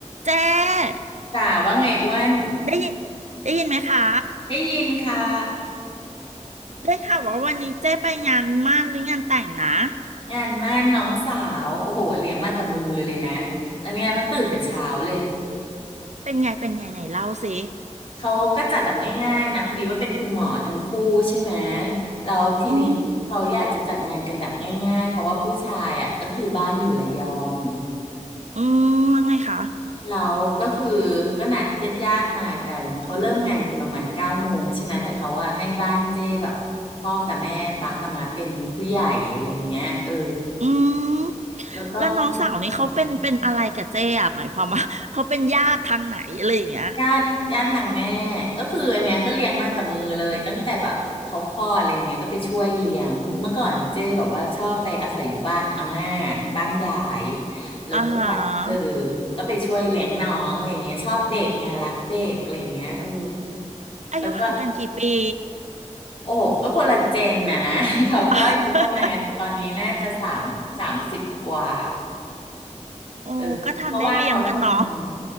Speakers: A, on the right; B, on the left.
A: เจ๊
B: จ๋าว่าไงอ้วน
A: ได้ยินได้ยินไหมคะ
B: ได้ยินค่ะ
A: ได้ค่ะว่าวันนี้เจ๊ไปงานหมั่นหรืองานแต่งนะ
B: งานมั่นน้องสาวโอ้โหเลี้ยงมากับมือเลยนะแล้วเนี่ยต้องตื่นแต่เช้าเลย
A: เป็นไงเป็นไงไหนเล่าสิ
B: เขาก็จัดแบบง่ายๆนะพอดีว่าเป็นคุณหมอทั้งคู่ใช่ไหมแล้วทีนี้เขาอยากจะจัดงานกันแบบง่ายๆเพราะว่าผู้ชายอ่ะก็คือบ้านอยู่ระยอง
A: อืมอืมว่าไงคะ
B: แล้วก็คือก็นัดญาติๆมากันเขาเริ่มงานกันประมาณเก้าโมงใช่ไหมแต่เขาอะให้บ้านเจ้แบบพ่อกับแม่ป้ากับมาเป็นผู้ใหญ่อะไรอย่างเงี้ยเออ
A: อืมแล้วน้องสาวนี่เขาเป็นเป็นอะไรกับเจ๊อะหมายความว่า
B: แล้วก็ค่ะ
A: <laughs> เขาเป็นญาติทางไหนอะไรอย่างเงี้ย
B: ญาติญาติทางแม่ก็คืออันเนี้ยก็เลี้ยงมากับมือเลยตั้งแต่แบบเขาคลอดอะไรอย่างเงี้ยก็ไปช่วยเลี้ยงเมื่อก่อนเจ้แบบว่าชอบไปอาศัยอยู่บ้านอาม่าบ้านยายแล้วก็แบบเออ
A: อ่าฮะ
B: ก็ไปช่วยเลี้ยงน้องอะไรอย่างเงี้ยชอบเด็กไงรักเด็กอะไรอย่างเงี้ยเออ
A: อายุห่างกันกี่ปี
B: แล้วก็โอ้โหก็คนละเจนนะนะ <laughs> เขาก็อยู่ประมาณตอนนี้น่าจะสามสามสิบกว่า
A: <laughs> โอ้ก็ทันได้เลี้ยงกันเนาะ
B: เออเพราะว่าเขาทำทำไม